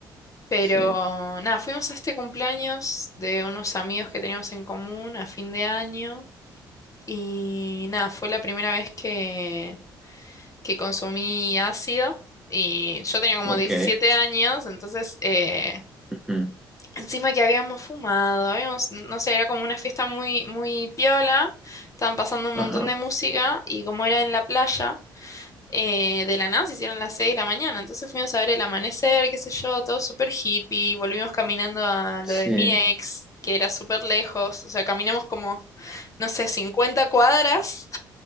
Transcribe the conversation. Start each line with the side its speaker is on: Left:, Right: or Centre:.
Left: Pero
Centre: Sí,
Left: nada, fuimos a este cumpleaños de unos amigos que teníamos en común a fin de año. Y nada, fue la primera vez que, que consumí ácido y yo tenía como
Centre: ok.
Left: 17 años, entonces eh,
Centre: Ujú.
Left: encima que habíamos fumado, habíamos, no sé, era como una fiesta muy, muy piola, estaban pasando un
Centre: Ajá,
Left: montón de música y como era en la playa, eh, de la nada se hicieron las 6 de la mañana, entonces fuimos a ver el amanecer, qué sé yo, todo súper hippie, volvimos caminando a
Centre: sí.
Left: lo de mi ex, que era súper lejos, o sea, caminamos como, no sé, 50 cuadras